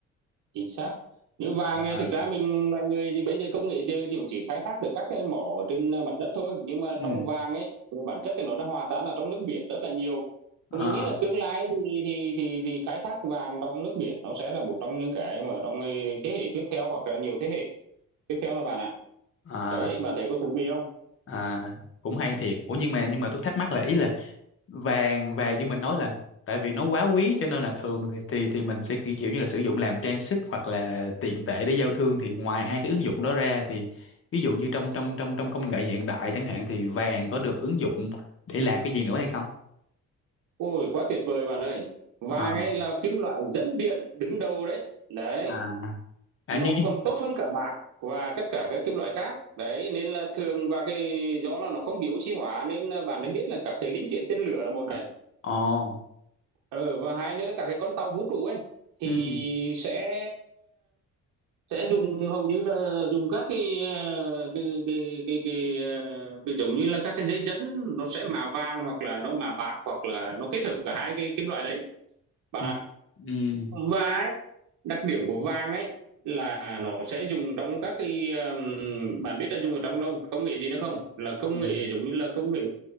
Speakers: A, on the right (about 75°); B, on the left (about 45°).
A: chính xác như vàng
B: À,
A: này thực ra mình là người thì bây giờ công nghệ giờ thì cũng chỉ khai thác được các cái mỏ trên ờ, mặt đất thôi nhưng mà
B: ừ
A: trong vàng ấy bản chất thì nó đã hòa tan ở trong nước biển rất là nhiều
B: à,
A: Và mình nghĩ là tương lai thì thì thì, thì khai thác vàng trong nước biển nó sẽ là một trong những cái mà trong ờ, thế hệ tiếp theo hoặc là nhiều thế hệ tiếp theo là bạn ạ
B: à,
A: đấy bạn thấy có thú vị không
B: à, cũng hay thiệt ủa nhưng mà nhưng mà tôi thắc mắc là ý là vàng vàng như mình nói là tại vì nó quá quý cho nên là thường thì thì, thì mình sẽ kiểu kiểu như là sử dụng làm trang sức hoặc là tiền tệ để giao thương thì ngoài hai cái ứng dụng đó ra thì ví dụ như trong trong trong trong công nghệ hiện đại chẳng hạn thì vàng có được ứng dụng để làm cái gì nữa hay không
A: Ôi quá tuyệt vời bạn ơi. Vàng
B: Ờ.
A: ấy là kim loại dẫn điện đứng đầu đấy. Đấy,
B: à, à
A: nó
B: nhưng nhưng
A: còn tốt hơn cả bạc và tất cả các kim loại khác. Đấy nên là thường và cái do nó nó không bị oxy hóa nên là bạn ấy biết là cả cái linh kiện tên lửa là một này.
B: ồ
A: Ờ và hai nữa cả cái con tàu vũ trụ ấy thì
B: ừ
A: sẽ sẽ dùng hầu như là dùng các cái ờ, cái cái cái, cái, ờ, cái giống như là các cái dây dẫn nó sẽ mạ vàng hoặc là nó mạ bạc hoặc là nó kết hợp cả hai cái kim loại đấy bạn
B: ừ,
A: ạ
B: ừ,
A: và đặc điểm của vàng ấy là nó sẽ dùng trong các cái um, bạn biết là dùng ở trong đâu công nghệ gì nữa không là công
B: công nghệ
A: nghệ giống như là công nghệ